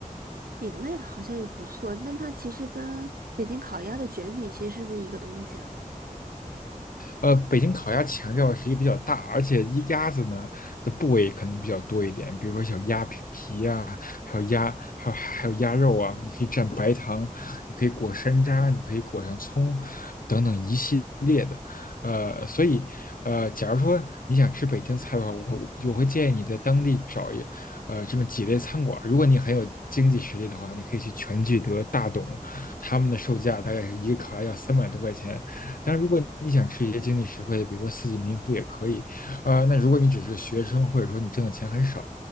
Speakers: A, on the right; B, on the left.
A: 饼类的好像也不错，但它其实跟北京烤鸭的卷饼其实是不是一个东西啊？
B: 呃，北京烤鸭强调的是一个比较大，而且一鸭子呢的部位可能比较多一点，比如说小鸭皮啊，还有鸭，还有还有鸭肉啊，你可以蘸白糖，你可以裹山楂，你可以裹上葱，等等一系列的。呃，所以呃，假如说你想吃北京菜的话，我我会建议你在当地找一呃这么几类餐馆儿如果你很有经济实力的话，你可以去全聚德、大董，他们的售价大概是一个烤鸭要三百多块钱，但如果你想吃一些经济实惠的，比如说四季民福也可以。呃，那如果你只是个学生，或者说你挣的钱很少，